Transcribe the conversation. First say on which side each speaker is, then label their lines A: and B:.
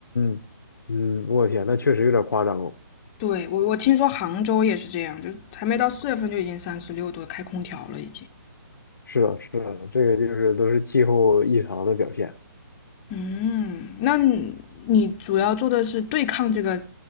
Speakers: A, on the left; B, on the left.
A: 嗯嗯嗯，我天，那确实有点夸张哦。
B: 对，我我听说杭州也是这样，就还没到四月份就已经三十六度了开空调了已经。
A: 是的，是的，这个就是都是气候异常的表现。
B: 嗯，那你你主要做的是对抗这个